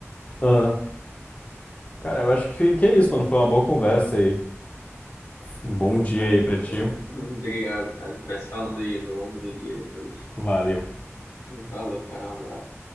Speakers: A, on the left; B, on the left.
A: Aham. Cara, eu acho que, que é isso, mano. Foi uma boa conversa aí. Um bom
B: Pô,
A: dia
B: cara,
A: aí pra
B: tamo
A: ti.
B: aí. <laughs> Obrigado, cara. A gente vai se falando aí ao longo do dia depois.
A: Valeu.
B: Falou, cara. Um abraço.